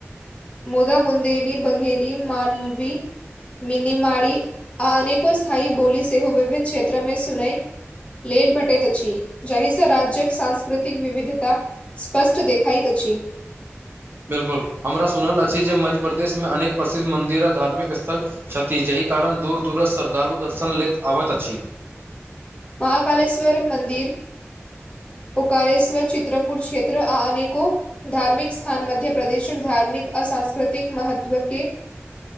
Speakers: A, on the left (about 25°); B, on the right (about 50°).
A: मुदा बुन्देली, बघेेली, मालवी, मिनिमारी अनेक को स्थायी बोली सेहो विभिन्न क्षेत्र मे सुनई लेल भेटेैत अछि जाहिसँ राज्यक सांस्कृतिक विविधता स्पष्ट देखाइत अछि।
B: बिल्कुल हमरा सुनल अछि जे मध्य प्रदेशमे अनेक प्रसिद्ध मन्दिर आ धार्मिक स्थल छथि जाहि कारण दूर दूर सँ श्रद्धालु दर्शन लेल आबैत अछि।
A: माहाकालेश्वर मन्दिर ओकारेश्वर चित्रकूट क्षेत्र आ अनेको धार्मिक स्थान मध्य प्रदेशक धार्मिक आ सांस्कृतिक महत्व के